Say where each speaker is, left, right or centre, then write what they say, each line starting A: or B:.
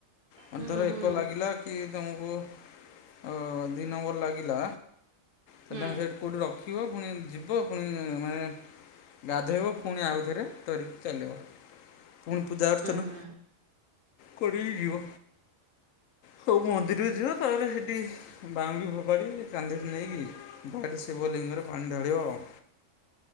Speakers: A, on the left; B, on the right.
A: ମାନେ
B: ହୁଁ
A: ଧର
B: ହୁଁ
A: ଏକ ଲାଗିଲା
B: ହୁଁ
A: କି ତମକୁ ଅ ଦୁଇ ନମ୍ବର ଲାଗିଲା ତାହେଲେ
B: ହୁଁ
A: ତମେ ସେଇଠି କେଉଁଠି ରଖିବ। ପୁଣି ଯିବ ପୁଣି ମାନେ ଗାଧୋଇବ ପୁଣି ଆଉଥରେ ଧରିକି ଚାଲିବ ପୁଣି ପୂଜା ଅର୍ଚ୍ଚନା
B: ହୁଁ। ହୁଁ ହୁଁ
A: କରିକି ଯିବ ହଉ ମନ୍ଦିରକୁ ଯିବ ତାପରେ ସେଠି ବାଉଙ୍ଗି ଫୋପାଡ଼ିକି କାନ୍ଧ ରେ ନେଇକି ବାରେ ଶିବଲିଙ୍ଗରେ ପାଣି ଢାଳିବ ଆଉ।